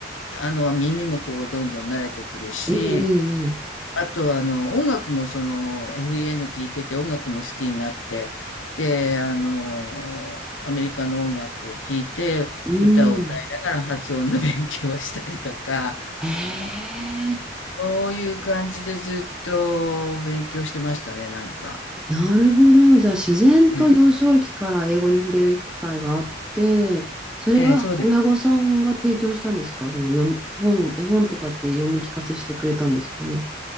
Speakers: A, on the left; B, in the centre.
A: あの、耳もこう、どんどん慣れてくるし、
B: ええええ
A: あと、あの、音楽もその FEN 聴いてて音楽も好きになって、で、あの、アメリカの音楽を聴いて歌を歌いながら発音の勉強をしたりとか、
B: うん。へえ、
A: そういう感じでずっと勉強してましたね、なんか。
B: なるほど。じゃあ、自然と幼少期から英語に触れる機会があって、
A: え
B: それは親御さんが提供したんですかその読み、
A: え、ええそうです。
B: 本、絵本とかって読み聞かせしてくれたんですかね。